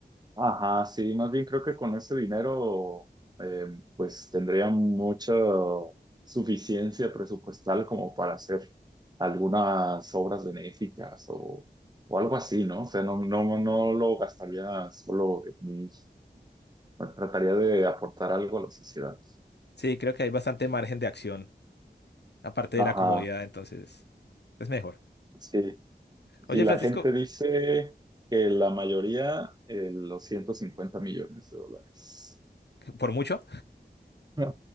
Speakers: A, on the right (about 25°); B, on the left (about 80°).
A: ajá, sí, más bien creo que con ese dinero, eh, pues tendría mucha suficiencia presupuestal como para hacer algunas obras benéficas o, o algo así, ¿no? O sea, no, no, no no lo gastaría solo en mí, Bueno, trataría de aportar algo a la sociedad.
B: Sí, creo que hay bastante margen de acción, aparte
A: Ajá,
B: de la comodidad, entonces es mejor.
A: sí.
B: Oye,
A: Y la
B: Francisco,
A: gente dice que la mayoría, eh, los 150 millones de dólares.
B: ¿por mucho?
A: No,